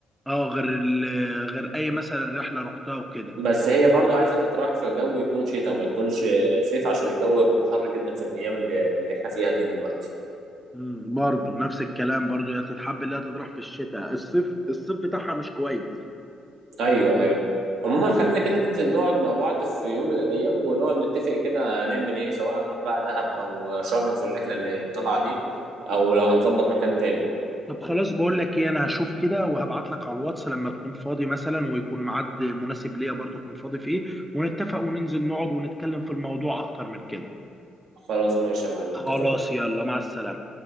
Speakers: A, in the centre; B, on the right.
A: اه غير ال- غير أي مثلا رحلة رحتها وكده
B: بس هي برضو عايزة تتراوح في جو يكون شتاء ما تكونش صيف عشان الجو بيبقى حر جدا في الأيام اللي, اللي احنا فيها دي دلوقتي
A: مم، برضه نفس الكلام برضه هي تتحب اللي هي تطرح في الشتاء الصيف الصيف بتاعها مش كويس
B: أيوه أيوه عموما خلينا كده ننزل نقعد مع بعض في يوم من الأيام ونقعد نتفق كده هنعمل إيه سواء هنروح بقى دهب أو شرم في الرحلة اللي طالعة دي أو لو هنظبط مكان تاني
A: طب خلاص بقول لك ايه انا هشوف كده وهبعت لك على الواتس لما تكون فاضي مثلا ويكون ميعاد مناسب ليا برضه اكون فاضي فيه ونتفق وننزل نقعد ونتكلم في الموضوع اكتر من كده
B: خلاص ماشي يا معلم
A: خلاص
B: اتفقنا
A: يلا مع السلامة